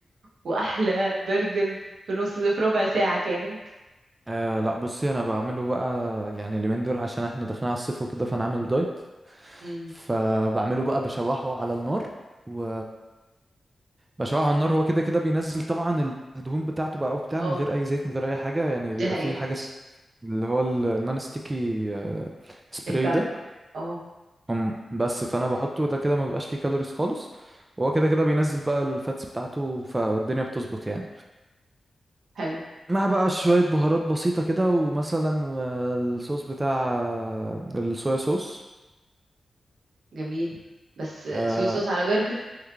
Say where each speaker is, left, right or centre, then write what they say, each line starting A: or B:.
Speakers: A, on the right; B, on the right.
A: واحلى برجر في نص في ربع ساعه كانت
B: أه لا بصي انا بعمله بقى يعني اليومين دول عشان احنا داخلين على الصيف وكده فانا عامل دايت
A: امم
B: فبعمله بقى بشوحه على النار و بشوحه على النار هو كده كده بينزل طبعا الدهون بتاعته بقى وبتاع
A: اه
B: من غير اي زيت من غير اي حاجه يعني
A: دي
B: بيبقى
A: حقيقه
B: فيه حاجه س- اللي هو ال- النون ستيكي آه، سبراي
A: البان
B: ده
A: اه
B: أم، بس فانا بحطه ده كده ما بيبقاش فيه كالوريز خالص وهو كده كده بينزل بقى الفاتس بتاعته فالدنيا بتظبط يعني
A: حلو
B: مع بقى شوية بهارات بسيطة كده ومثلا والصوص بتاع الصويا صوص
A: جميل بس
B: اه
A: صويا صوص على برجر